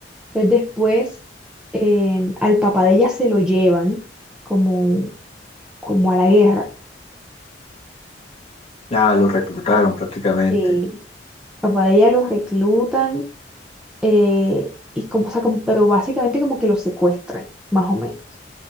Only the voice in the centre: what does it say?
Entonces después em, al papá de ella se lo llevan como, como a la guerra.
eh, papá de ella los reclutan, eh, y como, o sea, como- pero básicamente como que los secuestran, más o menos.